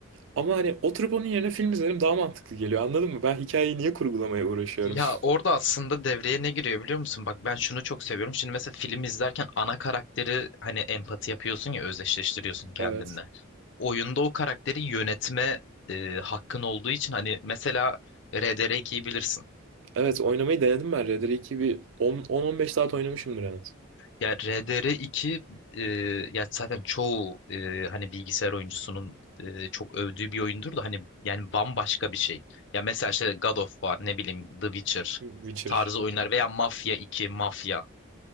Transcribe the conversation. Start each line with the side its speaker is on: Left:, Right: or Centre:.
Right: Ama hani oturup onun yerine film izlerim daha mantıklı geliyor. Anladın mı? Ben hikayeyi niye kurgulamaya uğraşıyorum?
Left: Ya
Right: <laughs>
Left: orada aslında devreye ne giriyor biliyor musun? Bak ben şunu çok seviyorum. Şimdi mesela film izlerken ana karakteri hani empati yapıyorsun ya özdeşleştiriyorsun kendinle.
Right: Evet.
Left: Oyunda o karakteri yönetme e, hakkın olduğu için hani mesela RDR2'yi bilirsin.
Right: Evet oynamayı denedim ben. Red Dead 2 bir 10-15 saat oynamışımdır en az.
Left: Ya RDR2 e, ya zaten çoğu e, hani bilgisayar oyuncusunun e, çok övdüğü bir oyundur da hani yani bambaşka bir şey. Ya mesela işte God of War ne bileyim The Witcher
Right: Witcher.
Left: tarzı oyunlar veya Mafya 2, Mafya.